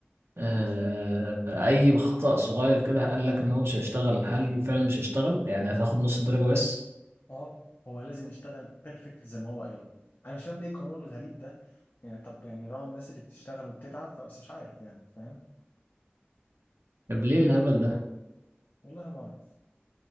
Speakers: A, on the right; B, on the left.
A: آه، اي خطأ صغير كده قال لك ان هو مش هيشتغل هل فعلا مش هيشتغل يعني هتاخد نص الدرجة بس
B: اه هو لازم يشتغل بيرفكت زي ما هو قايل انا مش فاهم ليه القانون الغريب ده يعني طب يعني راعوا الناس اللي بتشتغل وبتتعب فبس مش عارف يعني فاهم
A: طب ليه الهبل ده
B: والله ما اعرف